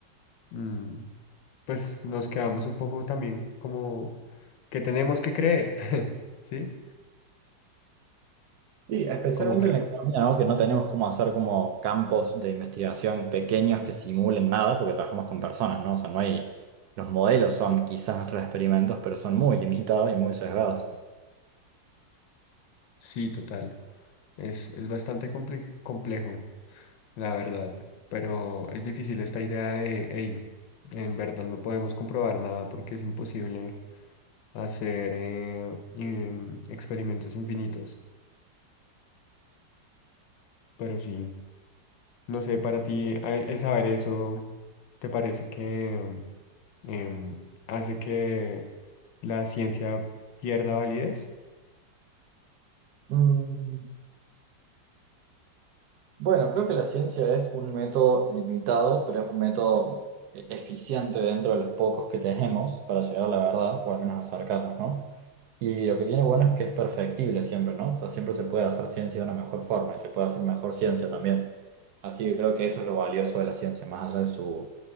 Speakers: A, on the left (about 85°); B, on the right (about 70°).
A: mm, pues nos quedamos un poco también como que tenemos que creer, <laughs> ¿sí?
B: Sí, especialmente
A: Como que
B: en la economía, ¿no? Que no tenemos cómo hacer como campos de investigación pequeños que simulen nada porque trabajamos con personas, ¿no? O sea, no hay, los modelos son quizás nuestros experimentos, pero son muy limitados y muy sesgados.
A: sí, total. Es, es bastante comple- complejo, la verdad, pero es difícil esta idea de, hey, en verdad no podemos comprobar nada porque es imposible hacer eh, em, experimentos infinitos, pero sí. No sé, para ti a- el saber eso, ¿te parece que em, hace que la ciencia pierda validez?
B: Mm. Bueno, creo que la ciencia es un método limitado, pero es un método eh, eficiente dentro de los pocos que tenemos para llegar a la verdad, o al menos acercarnos, ¿no? Y lo que tiene bueno es que es perfectible siempre, ¿no? O sea, siempre se puede hacer ciencia de una mejor forma y se puede hacer mejor ciencia también. Así que creo que eso es lo valioso de la ciencia, más allá de su,